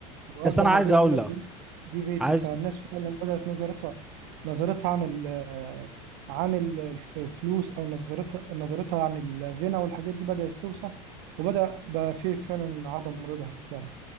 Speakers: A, on the right; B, in the centre.
A: ويأجر
B: بس انا
A: عربيه
B: عايز اقول
A: ويقول لك
B: لك
A: دي دي بيتي
B: عايز
A: فالناس فعلا بدأت نظرتها نظرتها عن ال آه، عن ال- الفلوس او نظرتها نظرتها عن الغنى والحاجات دي بدأت توسع وبدأ بقى فيه فعلا عدم رضا فعلا